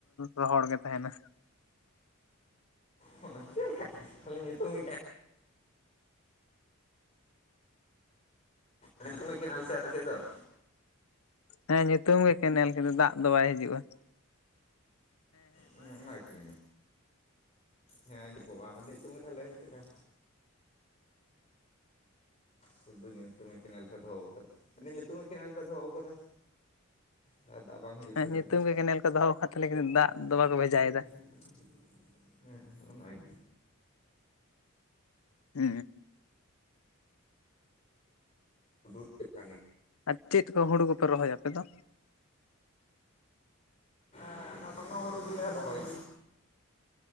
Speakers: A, on the left (about 80°); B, on the left (about 30°).
A: ᱨᱚᱦᱚᱲ ᱜᱮ ᱛᱟᱦᱮᱱᱟ᱾
B: ᱦᱚ ᱪᱮᱫ <unintelligible> ᱧᱩᱛᱩᱢ ᱜᱮ ᱧᱩᱛᱩᱢ ᱜᱮ ᱠᱮᱱᱮᱞ ᱨᱮ ᱥᱮ ᱫᱟᱜ
A: ᱦᱮ ᱧᱩᱛᱩᱢ ᱜᱮ ᱠᱮᱱᱮᱞ ᱠᱟ ᱫᱟᱜ ᱫᱚ ᱵᱟᱭ ᱦᱤᱡᱩᱜ-ᱟ᱾
B: ᱦᱮ ᱚᱱᱟᱠᱤ ᱦᱮ ᱤᱠᱚ ᱵᱟᱝ ᱧᱩᱛᱩᱢ ᱢᱮ ᱛᱟᱦᱞᱮ ᱪᱮᱫ ᱞᱮᱠᱟ ᱥᱩᱫᱩ ᱧᱩᱛᱩᱢ ᱜᱮ ᱠᱮᱱᱮᱞ ᱯᱮ ᱫᱚᱦᱚ ᱟᱠᱟᱫᱟ ᱢᱮᱱ ᱧᱩᱛᱩᱢ ᱠᱮᱱᱮᱞ ᱯᱮ ᱫᱚᱦᱚ ᱟᱠᱟᱫᱟ ᱦᱮ ᱫᱟᱜ ᱵᱟᱝ ᱦᱤᱡᱩᱜ
A: ᱦᱮ
B: ᱯᱮ
A: ᱧᱩᱛᱩᱢ
B: ᱞᱟᱹᱭ
A: ᱜᱮ ᱠᱮᱱᱮᱞ ᱠᱚ ᱫᱚᱦᱚ ᱠᱟᱜ ᱛᱟᱦᱮ ᱫᱟᱜ ᱫᱚ ᱵᱟᱠᱚ ᱵᱷᱮᱡᱟᱭᱮᱫᱟ
B: ᱦᱮ <unintelligible> ᱦᱮᱸ ᱚᱱᱟ ᱜᱮ᱾
A: ᱦᱩ
B: <unintelligible>
A: ᱟᱨ ᱪᱮᱫ ᱠᱚ ᱦᱩᱲᱩ ᱠᱚᱯᱮ ᱨᱚᱦᱚᱭᱟ ᱟᱯᱮ ᱫᱚ
B: ᱦᱳᱲᱳ ᱜᱮᱞᱮ ᱨᱚᱦᱚᱭᱟ